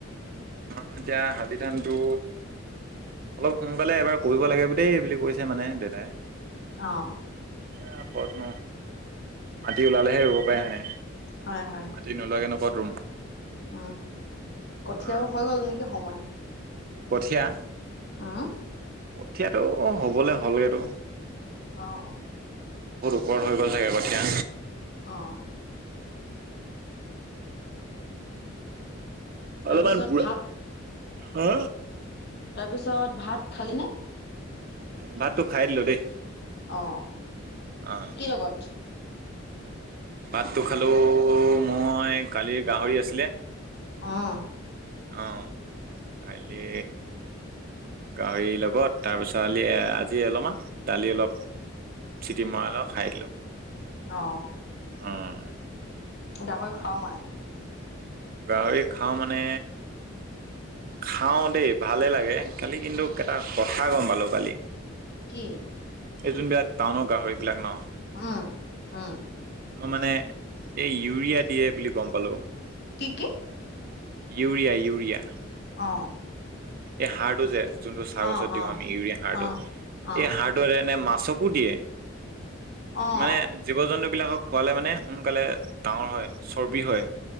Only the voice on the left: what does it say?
আহ
হয় হয়
উম কঠিয়াও
হৈ গ'ল নেকি সময়?
অহ
আহঁ অঁ
অঁ
তাৰপিছত
ভাগ
তাৰপিছত ভাত খালিনে?
আহ
কি লগত?
আহ
অ
গাহৰি খাও মানে?
কি
অ অ
কি কি
অ
অ
অ
অ অ
অ